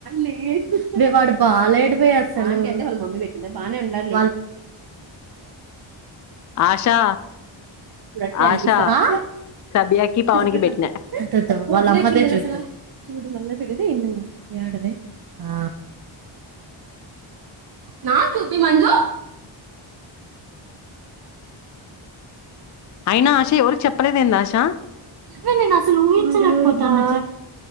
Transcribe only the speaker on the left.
ఆశా
ఆశా
సబియాకి పవన్కి
పెట్టిన
అయినా ఆశ ఎవరికి చెప్పలేదేంద ఆశా